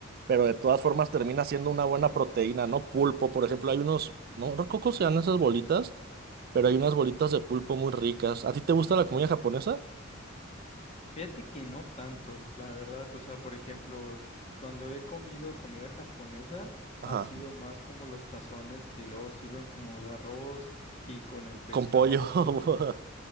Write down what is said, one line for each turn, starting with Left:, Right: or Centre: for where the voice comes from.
Right: pero de todas formas termina siendo una buena proteína, ¿no? Pulpo, por ejemplo, hay unos, no recuerdo cómo se llaman esas bolitas, pero hay unas bolitas de pulpo muy ricas. ¿A ti te gusta la comida japonesa?
Left: Fíjate que no tanto, la verdad. O sea, por ejemplo, cuando he comido comida japonesa,
Right: Ajá.
Left: ha sido más como los tazones que luego sirven como de arroz y con el pescado
Right: con pollo,
Left: crudo.
Right: <laughs>